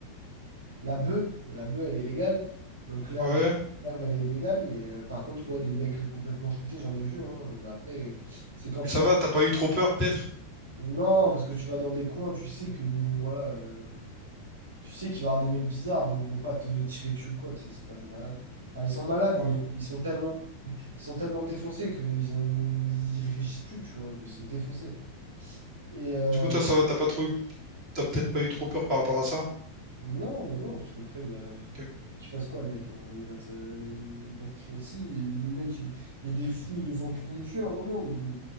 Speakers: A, on the right (about 65°); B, on the right (about 35°).
A: la bœuf, la bœuf, elle est légale. Donc, l'herbe,
B: Ah Ouais,
A: l'herbe, elle est légale. Mais euh, par contre, ouais, des mecs complètement shootés, j'en ai vu. hein. Mais après, c'est quand tu
B: mais ça
A: vas.
B: va, t'as pas eu trop peur peut-être?
A: Non, parce que tu vas dans des coins, tu sais que, bon, voilà. euh, Tu sais qu'il va y avoir des mecs bizarres, mais ils vont pas te tirer dessus ou quoi, tu sais, c'est pas des malades. Enfin, ils sont malades,
B: Ouais.
A: mais ils sont tellement, ils sont tellement défoncés qu'ils ont, ils réfléchissent plus, tu vois, ils sont défoncés. Et euh,
B: Du coup, toi, ça va, t'as pas trop eu, t'as peut-être pas eu trop peur par rapport à ça.
A: non, bah non, parce qu'après, bah, pff,
B: Ok.
A: qu'il fasse quoi, le mec? hein, Il va te, il va te crier. Si, le mec, il, il y a des fous, ils nous ont crié dessus à un moment, mais bon.